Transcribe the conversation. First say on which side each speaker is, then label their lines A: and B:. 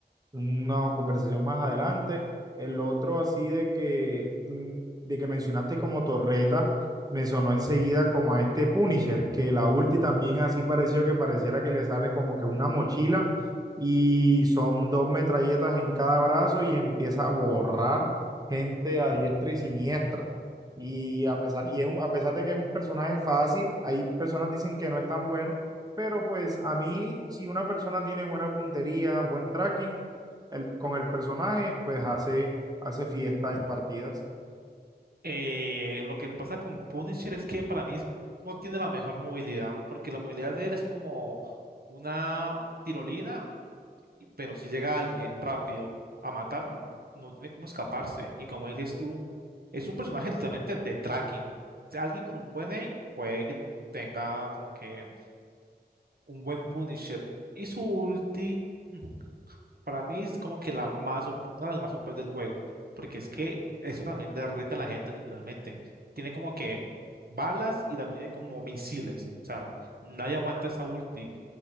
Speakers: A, on the right (about 20°); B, on the right (about 65°).
A: una conversación más adelante. El otro así de que, mm, de que mencionaste como torreta, me sonó enseguida como a este Punisher, que la ulti también así pareció que pareciera que le sale como que una mochila y son dos metralletas en cada brazo y empieza a borrar gente a diestra y siniestra. Y a pesar, y es un- a pesar de que es un personaje fácil, hay personas dicen que no es tan bueno, pero pues a mí si una persona tiene buena puntería, buen tracking, el- con el personaje, pues hace, hace fiesta en partidas.
B: Eh, lo que pasa con Punisher es que para mí no tiene la mejor movilidad, porque la movilidad de él es como una tirolina y- pero si llega alguien rápido a matarlo, no tiene cómo escaparse. Y como dices tú, es un personaje literalmente de tracking. O sea, alguien con un buen aim puede que tenga como que un buen Punisher. Y su ulti, mm, para mí es como que la más, op- una de las más OP del juego, porque es que eso también derrite a la gente literalmente. Tiene como que balas y también tiene como misiles. O sea, nadie aguanta esa ulti.